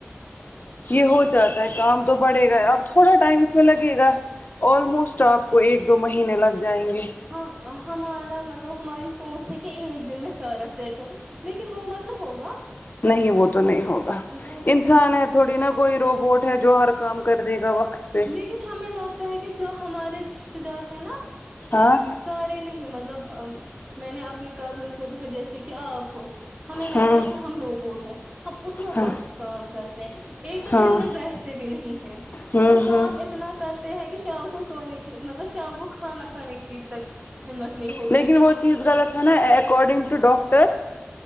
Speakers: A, on the left; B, on the right.
A: یہ ہو جاتا ہے کام تو بڑھے گا ہے اب تھوڑا ٹائم اس میں لگے گا آلموسٹ آپ کو ایک دو مہینے لگ جائیں گے
B: ہم ہمارا مطلب ہماری سوچ ہے کہ ایک دن میں سارا سیٹ ہوں لیکن وہ مت نہ ہوگا
A: نہیں وہ تو نہیں ہوگا
B: وہ تو سوچ
A: انسان ہے تھوڑی نا کوئی روبوٹ ہے جو ہر کام کر دے گا وقت پہ
B: لیکن ہمیں لگتا ہے کہ جو ہمارے رشتے دار ہیں نا
A: ہاں
B: سارے نہیں مطلب میں نے اپنی کزنس کو دیکھا جیسے کہ آپ ہو ہمیں لگتا
A: ہاں
B: ہے کہ ہم روبوٹ ہے ہم اتنا
A: ہاں
B: فاسٹ کام کرتے ہیں ایک تو
A: ہاں
B: دن بھر بیٹھتے بھی نہیں ہیں
A: ہوں
B: وہ کام
A: ہوں
B: اتنا کرتے ہیں کہ شام کو سونے کی مطلب شام کو کھانا کھانے کی تک ہمت نہیں ہوتی
A: لیکن
B: ہے کہ
A: وہ
B: ہم
A: چیز غلط نا ایکاڈنگ ٹو ڈاکٹر